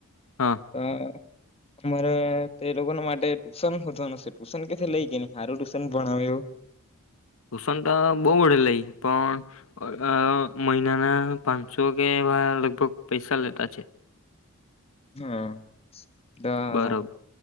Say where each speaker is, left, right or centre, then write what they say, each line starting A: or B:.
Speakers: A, on the left; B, on the left.
A: હા
B: હ અમારે તે લોકો ના માટે ટુશન વધવાનું છે ટુશન કેથી લઈ ગય ન સારું ટુશન ભણાવ્યુંવું
A: ટુસન તો બહુ વડે લઈ પણ અ મહિનાના પાંચસો કે એવા લગભગ પૈસા લેતા છે
B: હા હા
A: બરોબર